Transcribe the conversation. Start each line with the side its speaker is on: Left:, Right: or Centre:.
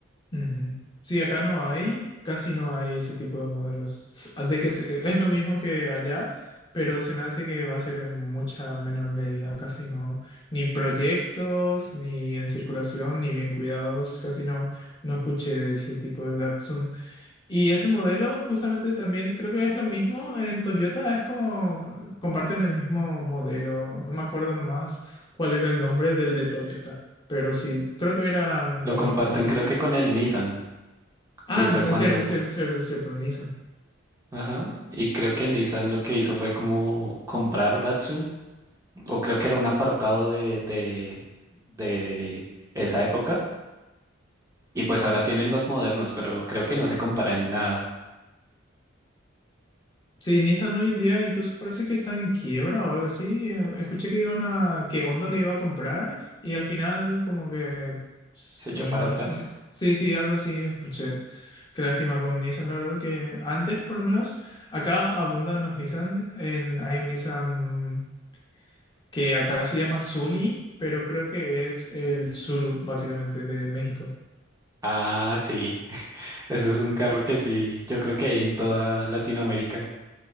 Left: Ujú. Sí, acá no hay, casi no hay ese tipo de modelos. S- De que se- es lo mismo que allá, pero se me hace que va a ser en mucha menor medida, casi no, ni proyectos, ni en circulación, ni bien cuidados, casi no, no escuché de ese tipo de Datsun. Y ese modelo justamente también creo que es lo mismo en Toyota, es como comparten el mismo modelo, no me acuerdo nomás cuál era el nombre del de Toyota, pero sí, creo que eran
Right: Lo
Left: lo
Right: comparten
Left: mismo,
Right: creo que con el Nissan,
Left: Ah,
Right: que fue
Left: no,
Right: cuando...
Left: es cierto, es cierto, es cierto, es cierto, Nissan.
Right: Ajá, y creo que Nissan lo que hizo fue como comprar Datsun o creo que era un apartado de, de, de esa época. Y pues ahora tienen los modernos, pero creo que no se compara en nada.
Left: Sí, Nissan hoy en día incluso parece que está en quiebra o algo así. Eh, Escuché que iban a, que Honda le iba a comprar y al final como que s-
Right: Se echó
Left: no,
Right: para atrás.
Left: n- sí, sí, algo así escuché. Qué lástima con Nissan, la verdad que antes por lo menos acá abundan los Nissan. En, hay un Nissan que acá se llama Sunny, pero creo que es el Suru básicamente de México.
Right: Ah, sí. <laughs> Ese es un carro que sí, yo creo que hay en toda Latinoamérica.